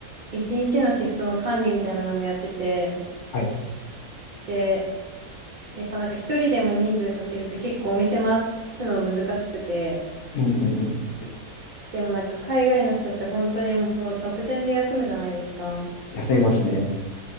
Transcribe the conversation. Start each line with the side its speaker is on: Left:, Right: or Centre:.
Right: 一日のシフトの管理みたいなのもやってて、
Left: はい。
Right: で、やっぱなんか一人でも人数かけると結構お店回すの難しくて、
Left: うんうんうんうん。
Right: でもなんか海外の人って本当にもう直前で休むじゃないですか。
Left: 休みますね。